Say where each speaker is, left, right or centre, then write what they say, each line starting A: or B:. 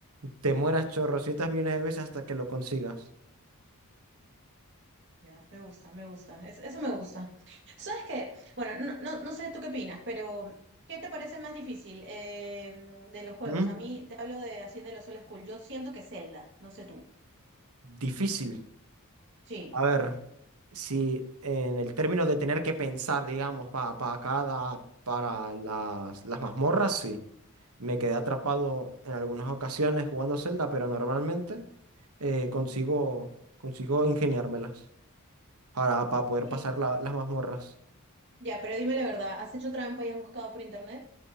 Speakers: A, on the right; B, on the right.
A: te mueras chorro ciertas millones de veces hasta que lo consigas.
B: Ya, me gusta, me gusta. Es- eso me gusta. ¿Sabes qué? Bueno, no, no, no sé tú qué opinas, pero ¿qué te parece más difícil eh, de los juegos?
A: Mm,
B: A mí te hablo de así de los old school. Yo siento que Zelda, no sé tú.
A: Difícil.
B: Sí.
A: A ver, si en el término de tener que pensar, digamos, para cada, para las, las mazmorras, sí. Me quedé atrapado en algunas ocasiones jugando Zelda, pero normalmente eh, consigo, consigo ingeniármelas para, para poder
B: Y,
A: pasar la- las mazmorras.
B: ya, pero dime la verdad, ¿has hecho trampa y has buscado por internet?